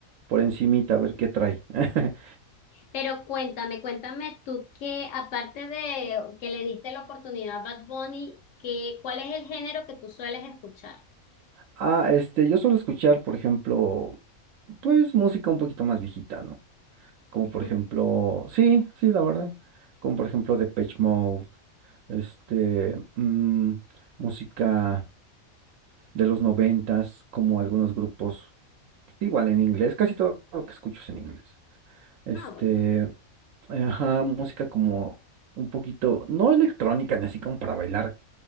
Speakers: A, on the right; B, on the left.
A: por encimita, a ver qué trae. <laughs>
B: Pero cuéntame, cuéntame tú que aparte de que le diste la oportunidad a Bad Bunny, que, ¿cuál es el género que tú sueles escuchar?
A: Ah, este, yo suelo escuchar, por ejemplo, pues música un poquito más viejita, ¿no? Como
B: <laughs>
A: por ejemplo, sí, sí, la verdad. Como por ejemplo Depeche Mode, este, mm, música de los noventas, como algunos grupos, igual en inglés, casi todo lo que escucho es en inglés. Este,
B: Ah, bueno,
A: Ajá, música como un poquito, no electrónica ni así como para bailar,